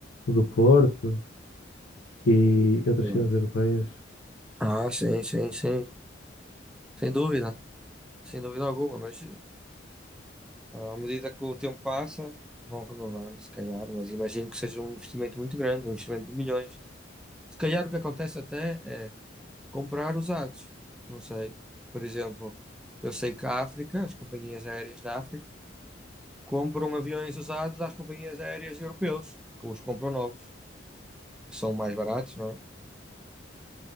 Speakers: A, on the left; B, in the centre.
A: do Porto e outras
B: Sim.
A: cidades europeias.
B: Ah, sim, sim, sim. Sem dúvida. Sem dúvida alguma. Mas ah, à medida que o tempo passa, vão renovando, se calhar. Mas imagino que seja um investimento muito grande, um investimento de milhões. Se calhar o que acontece até é comprar usados. Não sei. Por exemplo, eu sei que a África, as companhias aéreas da África, compram aviões usados às companhias aéreas europeus, que os compram novos. São mais baratos, não é?